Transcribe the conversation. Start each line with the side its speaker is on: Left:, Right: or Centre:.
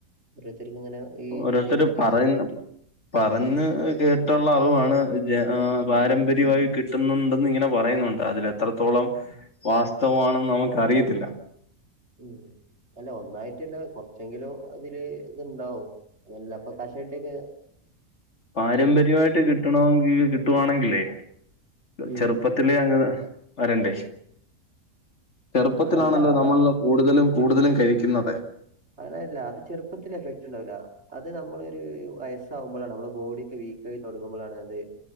Right: ഓരോരുത്തർക്കു ഇങ്ങനെ ഈ
Left: ഓരോരുത്തര്
Right: ജനറ്റിക്സുമായിട്ട്
Left: പറയുന്ന പറഞ്ഞ് കേട്ടുള്ള അറിവാണ് പാരമ്പര്യമായി കിട്ടുന്നുണ്ടെന്ന് ഇങ്ങനെ പറയുന്നുണ്ട് അതിലെത്രത്തോളം
Right: ഉം
Left: വാസ്തവമാണെന്ന് നമുക്കറിയത്തില്ല
Right: ഉം അല്ല ഒന്നായിട്ടല്ല കൊറച്ചെങ്കിലും അതില് ഇത്ണ്ടാവും ഇല്ലപ്പൊ കഷണ്ടിക്കൊ
Left: പാരമ്പര്യായിട്ട് കിട്ടണെങ്കി കിട്ടുവാണെങ്കിലേ
Right: ഉം
Left: ചെറുപ്പത്തി ലേ അങ്ങ് വരണ്ടേ ചെറുപ്പത്തിലാണല്ലോ
Right: അല്ല അതാ
Left: നമ്മളില് കൂടുതലും കൂടുതലും കഴിക്കുന്നത്
Right: അതെല്ല അത് ചെറുപ്പത്തിലെ കഴിക്കുണ്ടാവുല അത് നമ്മളൊരു വയസ്സാവുമ്പളാണ് നമ്മുടെ ബോഡിയൊക്കെ വീക്കായി തൊടങ്ങുമ്പൊളാണത്